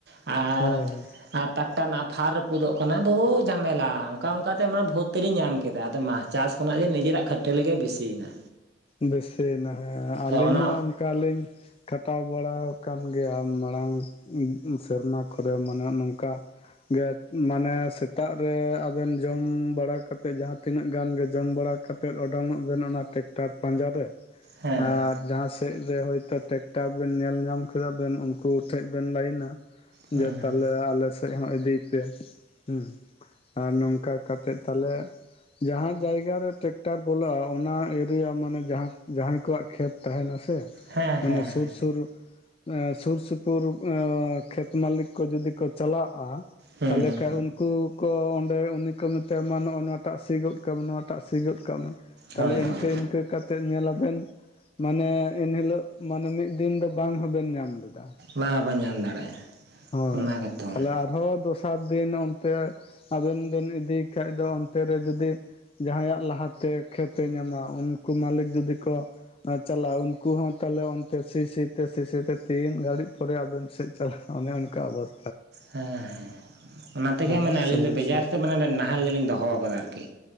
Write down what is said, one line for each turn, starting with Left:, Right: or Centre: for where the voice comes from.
Right: ᱟᱨ
Left: ᱦᱳᱭ ᱦᱳᱭ
Right: ᱟᱨ ᱢᱤᱫᱴᱟᱱ ᱟᱯᱷᱟᱨ ᱨᱟᱹᱯᱩᱫᱚᱜ ᱠᱟᱱᱟ ᱵᱚᱦᱩ ᱡᱷᱟᱢᱮᱞᱟ ᱚᱱᱠᱟ ᱚᱱᱠᱟᱛᱮ ᱢᱟ ᱵᱷᱩᱨ ᱛᱮᱞᱤᱧ ᱧᱟᱢ ᱠᱮᱫᱟ ᱟᱫᱚ ᱢᱟ ᱪᱟᱥ ᱠᱷᱚᱱᱟᱜ ᱜᱮ ᱱᱤᱡᱮᱨᱟᱜ ᱠᱷᱟᱹᱴᱟᱹᱞᱤ ᱜᱮ ᱵᱤᱥᱤᱭᱮᱱᱟ᱾
Left: ᱵᱮᱥᱤᱭᱮᱱᱟ ᱦᱮᱸ ᱟᱹᱞᱤᱧ
Right: ᱚᱱᱟ
Left: ᱦᱚᱸ ᱚᱱᱠᱟᱞᱤᱧ ᱠᱷᱟᱴᱟᱣ ᱵᱟᱲᱟ ᱟᱠᱟᱱ ᱜᱮᱭᱟ ᱢᱟᱲᱟᱝ ᱥᱮᱨᱢᱟ ᱠᱚᱨᱮ ᱢᱟᱱᱮ ᱱᱚᱝᱠᱟ ᱜᱮ ᱢᱟᱱᱮ ᱥᱮᱛᱟᱜ ᱨᱮ ᱟᱵᱮᱱ ᱡᱚᱢ ᱵᱟᱲᱟ ᱠᱟᱛᱮ ᱡᱟᱦᱟᱸᱛᱤᱱᱟᱹᱜ ᱜᱟᱱ ᱜᱮ ᱡᱚᱢ ᱵᱟᱲᱟ ᱠᱟᱛᱮᱫ ᱚᱸᱰᱩᱝ ᱚᱸᱜ ᱵᱮᱱ ᱚᱱᱟ ᱴᱨᱠᱴᱟᱨ ᱯᱟᱸᱡᱟ ᱨᱮ
Right: ᱦᱮᱸ
Left: ᱟᱨ ᱡᱟᱦᱟᱸ ᱥᱮᱫ ᱨᱮ ᱦᱚᱳᱛᱚ ᱴᱨᱠᱴᱟᱨ ᱵᱮᱱ ᱧᱮᱞ ᱧᱟᱢ ᱠᱮᱫᱟ ᱵᱮᱱ ᱩᱱᱠᱩ ᱴᱷᱮᱱ ᱵᱮᱱ ᱞᱟᱹᱭᱤᱱᱟ
Right: ᱦᱩᱸ
Left: ᱡᱮ ᱛᱟᱦᱞᱮ ᱟᱞᱮ ᱥᱮᱫ ᱦᱚᱸ ᱤᱫᱤᱭ ᱯᱮ ᱦᱩᱸ ᱟᱨ ᱱᱚᱝᱠᱟ ᱠᱟᱛᱮᱜ ᱛᱟᱦᱞᱮ ᱡᱟᱦᱟᱸ ᱡᱟᱭᱜᱟ ᱨᱮ ᱴᱮᱠᱴᱟᱨ ᱵᱚᱞᱚᱜᱼᱟ ᱚᱱᱟ ᱮ ᱨᱤᱭᱟ ᱢᱟᱱᱮ ᱡᱟᱦᱟᱸᱭ ᱠᱚᱣᱟᱜ ᱠᱷᱮᱛ ᱛᱟᱦᱮᱱᱟ ᱥᱮ ᱥᱮ
Right: ᱦᱮᱸ
Left: ᱢᱟᱱᱮ
Right: ᱦᱮᱸ ᱦᱮᱸ
Left: ᱥᱩᱨ ᱥᱩᱨ ᱥᱩᱨ ᱥᱩᱯᱩᱨ ᱠᱷᱮᱛ ᱢᱟᱹᱞᱤᱠ ᱠᱚ ᱡᱩᱫᱤ ᱠᱚ ᱪᱟᱞᱟᱜᱼᱟ
Right: ᱦᱩᱸ
Left: ᱛᱟᱦᱚᱞᱮ ᱠᱷᱟᱱ ᱩᱱᱠᱩ ᱠᱚ ᱚᱸᱰᱮ ᱩᱱᱤ ᱠᱚ ᱢᱮᱛᱟᱭᱟ ᱱᱚᱜᱼᱚ ᱱᱚᱣᱟᱴᱟᱜ ᱥᱤ ᱜᱚᱫ ᱠᱟᱜ ᱢᱮ ᱱᱚᱣᱟᱴᱟᱜ ᱥᱤ ᱜᱚᱫ ᱠᱟᱜ ᱢᱮ ᱛᱟᱦᱞᱮ
Right: ᱦᱳᱭ
Left: ᱤᱱᱠᱟᱹ
Right: ᱦᱳᱭ
Left: ᱤᱱᱠᱟᱹ ᱠᱟᱛᱮ ᱧᱮᱞᱟᱵᱮᱱ ᱢᱟᱱᱮ ᱮᱱᱦᱤᱞᱳᱜ ᱢᱟᱱᱮ ᱢᱤᱫ ᱫᱤᱱ ᱫᱚ ᱵᱟᱝ ᱦᱚᱸᱵᱮᱱ ᱧᱟᱢ ᱞᱮᱫᱟ
Right: ᱵᱟᱝ ᱵᱚᱱ ᱧᱟᱢ ᱫᱟᱲᱮᱭᱟᱜᱼᱟ
Left: ᱦᱳᱭ
Right: ᱚᱱᱟ ᱜᱮᱛᱚ
Left: ᱛᱟᱦᱮ
Right: ᱦᱮᱸ
Left: <unintelligible> ᱫᱷᱚ ᱫᱚᱥᱟᱨ ᱫᱤᱱ ᱚᱱᱛᱮ ᱟᱵᱮᱱ ᱵᱮᱱ ᱤᱫᱤ ᱠᱷᱟᱱᱡ ᱫᱚ ᱚᱱᱛᱮ ᱨᱮ ᱡᱩᱫᱤ ᱡᱟᱦᱟᱸᱭᱟᱜ ᱞᱟᱦᱟᱛᱮ ᱠᱷᱮᱛᱮ ᱧᱟᱢᱟ ᱩᱱᱠᱩ ᱢᱟᱹᱞᱤᱠ ᱡᱩᱫᱤ ᱠᱚ ᱪᱟᱞᱟᱜᱼᱟ ᱩᱱᱠᱩ ᱦᱚᱸ ᱛᱟᱦᱞᱮ ᱚᱱᱛᱮ ᱥᱤ ᱥᱤᱛᱮ ᱥᱤ ᱥᱤᱛᱮ ᱛᱤᱱ ᱜᱷᱟᱹᱲᱤᱡ ᱯᱚᱨᱮ ᱟᱵᱮᱱ ᱥᱮᱫ ᱪᱟᱞᱟ ᱚᱱᱮ ᱚᱱᱠᱟ ᱚᱵᱚᱥ
Right: ᱦᱮᱸ ᱦᱮᱸ ᱚᱱᱟ ᱛᱮᱜᱮ
Left: ᱟᱹᱰᱤ
Right: ᱢᱟᱱᱮ ᱟᱹᱞᱤᱧ
Left: ᱥᱚᱢᱚᱥᱥᱟ
Right: ᱫᱚ ᱵᱮᱡᱟᱨ ᱛᱮ ᱢᱟᱱᱮ ᱱᱟᱦᱮᱞ ᱫᱚᱞᱤᱧ ᱫᱚᱦᱚ ᱟᱠᱟᱫᱟ ᱟᱨᱠᱤ